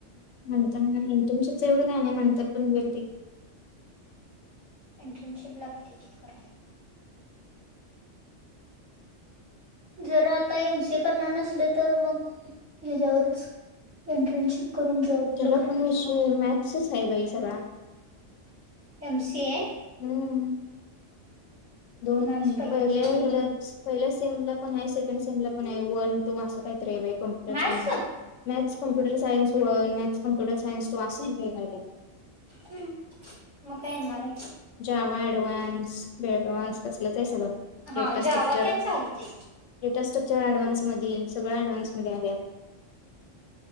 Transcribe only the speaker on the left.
नंतर इथम शच एवढं नाही नाही नंतर पण होईल ते
चला
पण
विश मॅथच आहे बाई सगळा.
हम्म दोन
पहिल्या
हला पहिल्या सेम ला. पण आहे सेकंड सेमला पण आहे वन तू असं काही. Computer
science maths computer science हो मॅक्स कम्प्युटर सायन्स तू असे का का
ज्यावा ऍडव्हान्स बेडव्ह्स अससलच आहे सगळं
डेटास्ट्रक्चर
डेटस् ॲॅडव्हान्स म सगळ ॲडव्हान्स मध्ये आल्यात